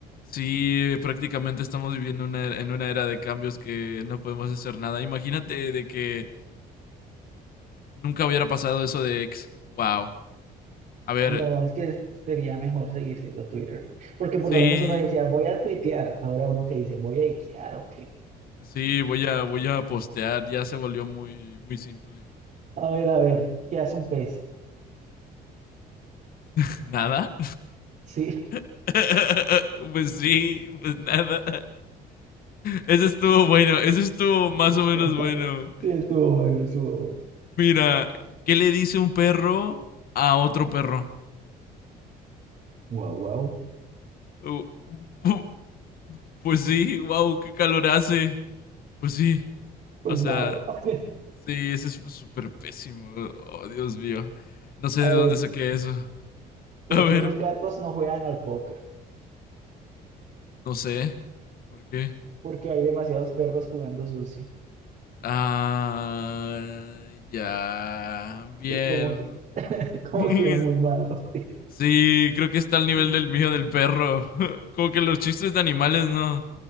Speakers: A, on the left (about 60°); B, on the right (about 55°).
A: Sí, prácticamente estamos viviendo una, en una era de cambios que no podemos hacer nada. Imagínate de que Nunca hubiera pasado eso de ex. Wow. A ver,
B: No, es que sería mejor seguir siendo Twitter, porque por
A: sí,
B: lo menos uno decía, voy a tuitear, ahora uno que dice, voy a ikear o qué.
A: sí, voy a, voy a postear. Ya se volvió muy, muy simple.
B: A ver, a ver, ¿qué hace un pez?
A: <laughs> ¿Nada?
B: Sí.
A: <laughs> pues sí, pues nada. Eso estuvo bueno, eso estuvo más
B: <laughs>
A: o menos bueno.
B: Sí, estuvo bueno, estuvo bueno.
A: Mira, ¿qué le dice un perro a otro perro?
B: Guau, guau.
A: Uh, <laughs> uh, Pues sí, wow, qué calor hace. Pues sí.
B: Pues
A: O
B: malo.
A: sea,
B: <laughs>
A: Sí, ese es súper pésimo. Oh, Dios mío. No sé
B: A
A: de
B: ver,
A: dónde saqué eso. <laughs>
B: ¿por
A: A ver,
B: qué los gatos no juegan al póker?
A: no sé. ¿Por qué?
B: Porque hay demasiados perros jugando sucio.
A: Ah, ya. Bien.
B: Sí, como que, <laughs> como
A: <laughs>
B: que muy malo. Sí,
A: Sí, creo que está al nivel
B: <laughs>
A: del mío del perro. <laughs> Como que los chistes de animales no,